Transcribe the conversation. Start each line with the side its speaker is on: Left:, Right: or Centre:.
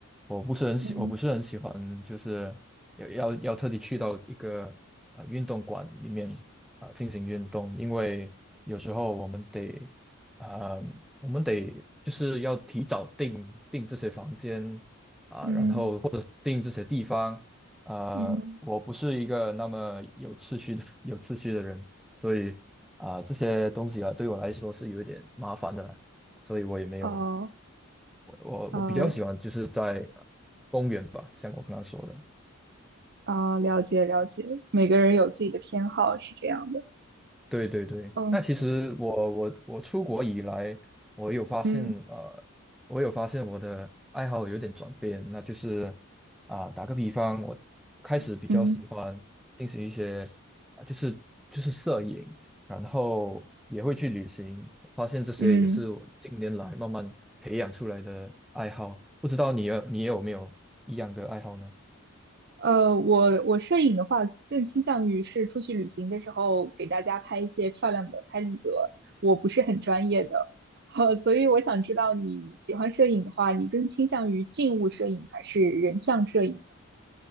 Centre: 我不是很喜，
Right: 嗯
Centre: 我不是很喜欢，就是要要要特地去到一个呃运动馆里面啊、呃进行运动，因为有时候我们得啊、呃我们得就是要提早订订这些房间啊、
Right: 嗯
Centre: 然后或者是订这些地方，啊，
Right: 嗯，
Centre: 我不是一个那么有秩序的 <laughs> 有秩序的人。所以啊、这些东西啊，对我来说是有一点麻烦的啦所以我也没有，
Right: 哦，
Centre: 我我我比较喜欢就是在
Right: 啊
Centre: 公园吧，像我刚刚说的。
Right: 啊，了解了解，每个人有自己的偏好，是这样的。
Centre: 对对对，
Right: 嗯
Centre: 那其实我我我出国以来，我有发现呃，
Right: 嗯
Centre: 我有发现我的爱好有点转变，那就是啊、打个比方，我开始比较喜欢进行一些啊、
Right: 嗯嗯
Centre: 就是就是摄影，然后也会去旅行，发现这些也是我近年来慢慢培养出来的爱好。
Right: 嗯。
Centre: 不知道你有你有没有一样的爱好呢？
Right: 呃，我我摄影的话，更倾向于是出去旅行的时候给大家拍一些漂亮的拍立得，我不是很专业的，<laughs> 呃，所以我想知道你喜欢摄影的话，你更倾向于静物摄影还是人像摄影？